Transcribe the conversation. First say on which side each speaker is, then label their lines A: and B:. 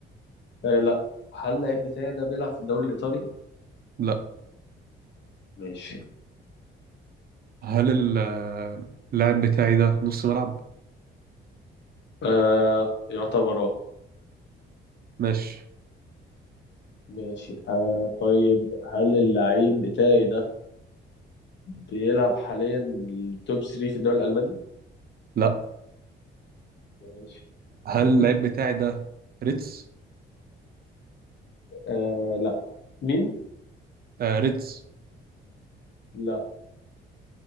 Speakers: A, on the left; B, on the right.
A: آه لا هل اللعيب بتاعي ده بيلعب في الدوري الإيطالي؟
B: لا
A: ماشي
B: هل ال- اللاعب بتاعي ده نص ملعب
A: آه يعتبر اه
B: ماشي
A: ماشي آه طيب هل اللعيب بتاعي ده بيلعب حاليا التوب 3 في الدوري الألماني؟
B: لا
A: ماشي
B: هل
A: <laughs>
B: اللعيب بتاعي ده ريتس
A: آه لا مين؟
B: آه ريدز
A: لا